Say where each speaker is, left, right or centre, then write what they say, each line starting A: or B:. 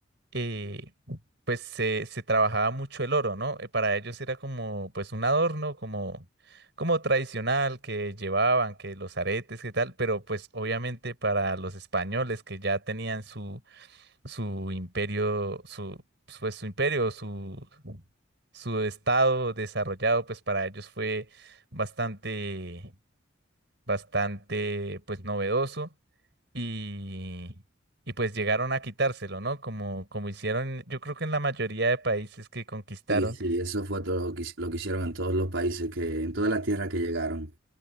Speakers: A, on the right; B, on the right.
A: eh, pues se, se trabajaba mucho el oro, ¿no? Eh, Para ellos era como pues un adorno, como, como tradicional que llevaban, que los aretes, que tal, pero pues obviamente para los españoles que ya tenían su, su imperio, su, pues su imperio, su, su estado desarrollado, pues para ellos fue bastante bastante pues novedoso y, y pues llegaron a quitárselo, ¿no? Como, como hicieron yo creo que en la mayoría de países que conquistaron
B: Sí, sí, eso fue todo lo que, lo que hicieron en todos los países, que, en todas las tierras que llegaron.